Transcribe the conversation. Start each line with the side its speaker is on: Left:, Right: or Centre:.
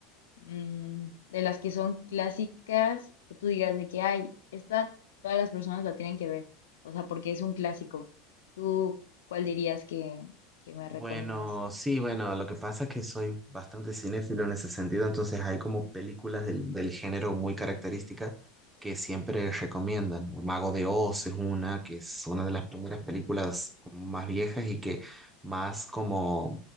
Left: Mm, de las que son clásicas, que tú digas de que hay, esta todas las personas la tienen que ver, o sea, porque es un clásico. ¿Tú cuál dirías que, que me recomiendas?
Right: Bueno, sí, bueno, lo que pasa es que soy bastante cinéfilo en ese sentido, entonces hay como películas del, del género muy características que siempre recomiendan. El Mago de Oz es una, que es una de las primeras películas como más viejas y que más como